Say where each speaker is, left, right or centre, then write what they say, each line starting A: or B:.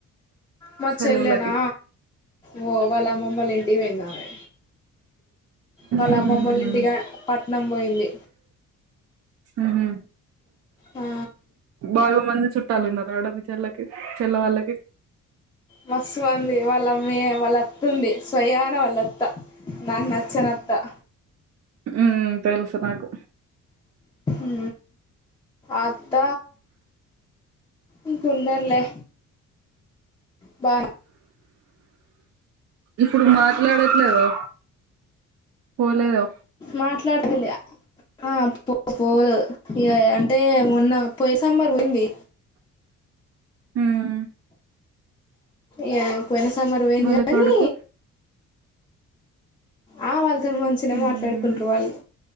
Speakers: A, on the left; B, on the right.
A: మా
B: సెలవులకి
A: చెల్లెనా ఓ వాళ్ళమ్మమొల్ల ఇంటికి పోయిందామే వాళ్ళ
B: ఉహు
A: అమ్మమ్మోళ్ళ ఇంటిగా పట్నం పోయింది
B: ఉహు
A: ఆ
B: బాగ మంది చుట్టాలున్నారా ఆడ మి చెల్లకి చెల్ల వాళ్ళకి
A: మస్తుమంది వాళ్ళమ్మి వాళ్ళ అత్త ఉంది స్వయానా వాళ్ళత్త నాకు నచ్చనత్త
B: ఉ తెలుసు నాకు
A: ఊ అత్త ఇంక ఉన్నర్లే బా
B: ఇప్పుడు మాట్లాడట్లేదా పోలేదా
A: మాట్లాడితిలే ఆ పో పోరు ఇ అంటే మొన్న పోయి సమ్మర్ పోయింది
B: ఉమ్
A: ఇగ పోయిన సమ్మర్ పోయింది
B: వాళ్ళ
A: కానీ
B: కొడుకు
A: ఆ వాళ్ళతోని మంచినే
B: ఉమ్
A: మాట్లాడుకుంటరు వాళ్ళు